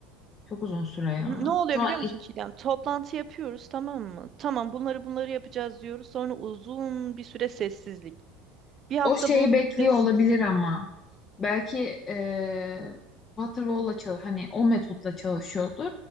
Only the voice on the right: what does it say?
Ne oluyor
biliyor musun Çiğdem? Toplantı yapıyoruz tamam mı? Tamam bunları bunları yapacağız diyoruz. Sonra uzun bir süre sessizlik. Bir hafta
boyunca
sessizlik.